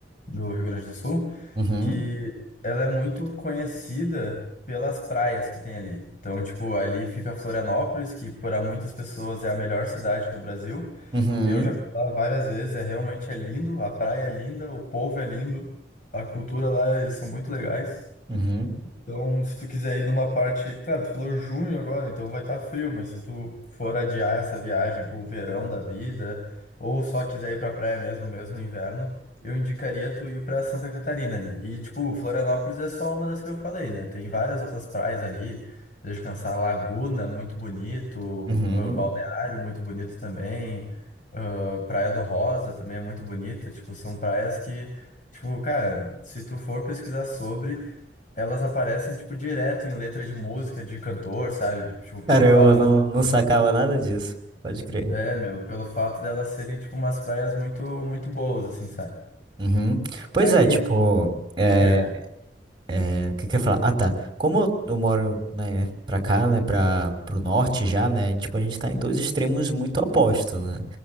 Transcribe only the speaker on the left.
do Rio Grande do Sul
que ela é muito conhecida pelas praias que tem ali. Então, tipo, ali fica Florianópolis, que para muitas pessoas é a melhor cidade do Brasil.
Eu já fui lá várias vezes, é realmente é lindo, a praia é linda, o povo é lindo, a cultura lá, eles são muito legais.
Então, se tu quiser ir numa parte, claro, tu falou junho agora, então vai estar frio, mas se tu for adiar essa viagem para um verão da vida, ou só quiser ir para praia mesmo, mesmo no inverno, eu indicaria tu ir para Santa Catarina ali. E tipo, Florianópolis é só uma das que eu falei, né? Tem várias outras praias ali, descansar Laguna, muito bonito,
ah, Balneário, muito bonito também, ah, Praia do Rosa também é muito bonita, tipo, são praias que Tipo, cara, se tu for pesquisar sobre, elas aparecem, tipo, direto em letra de música, de cantor, sabe? Tipo, pelo
fato
de...
É, meu, pelo fato delas serem, tipo, umas praias muito, muito boas, assim, sabe?
Aí,
o quê?